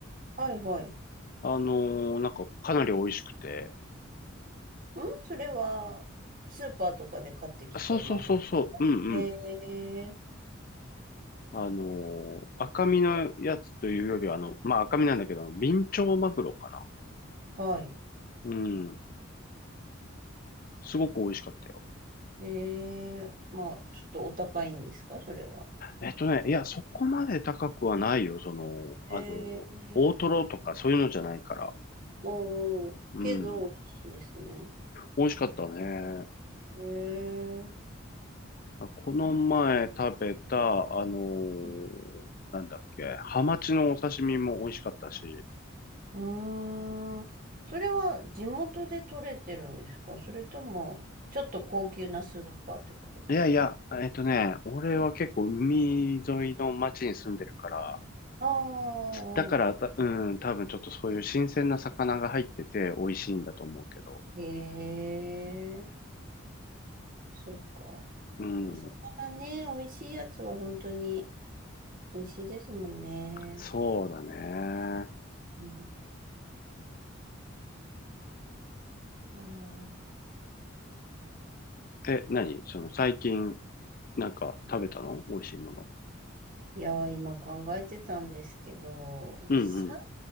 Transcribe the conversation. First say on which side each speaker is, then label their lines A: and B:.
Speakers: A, on the right; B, on the left.
A: はいはい。
B: あのーなんかかなり美味しくて、
A: んそれは、スーパーとかで買ってきた孫。
B: あそうそうそうそう、うんうん。
A: ええ
B: あのー赤身のやつというよりは、あの、まあ、赤身なんだけど、あのビンチョウマグロか
A: はい。
B: な。うん。すごく美味しかったよ。
A: ええまあ、ちょっとお高いんですか、それは。
B: えっとね、いや、そこまで高くはないよ、その、
A: ええ
B: あのー大トロとかそういうのじゃないから。
A: おー、
B: うん。
A: けど、美味しいんですね。
B: 美味しかったね。
A: ええ
B: まあこの前食べた、あのー
A: うん
B: なんだっけ、ハマチのお刺身も美味しかったし、
A: うーん。それは地元で取れてるんですかそれとも、ちょっと高級なスーパーってことですか
B: いやいや、えっとね、俺は結構海沿いの町に住んでるから、
A: ああー、
B: だからた、うん、多分ちょっとそういう新鮮な魚が入ってて美味しいんだと思うけど、
A: ええそっか。
B: うん、
A: お魚ね、美味しいやつは本当に美味しいですもんね。
B: そうだね。
A: うんあー
B: え、何その最近、なんか食べたの美味しいもの。
A: いやー、今考えてたんですけど、
B: うんうん、
A: 最